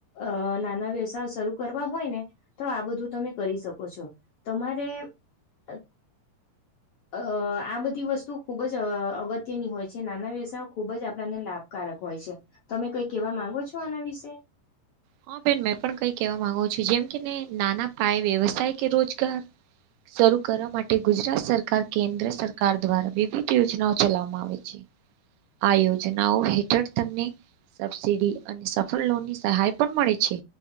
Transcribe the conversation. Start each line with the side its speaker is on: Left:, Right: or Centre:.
Left: અ નાના વ્યવસાય શરૂ કરવા હોય ને તો આ બધું તમે કરી શકો છો તમારે અ અ આ બધી વસ્તુ ખુબ જ અ અગત્યની હોય છે નાના વ્યવસાયો ખુબ જ આપણાને લાભકારક હોય હોય છે તમે કઈ કેવા માંગો છો આના વિશે
Right: હા બેન મેં પણ કઈ કેવા માંગુ છુ જેમ નાના પાયે વ્યવસાય કે રોજગાર શરૂ કરવા માટે ગુજરાત સરકાર કેન્દ્ર સરકાર દ્વારા વિવિધ યોજનાઓ ચલાવવામાં આવે છે આ યોજનાઓ હેઠળ તમને સબસિડી અને સફળ લોનની સહાય પણ મળે છે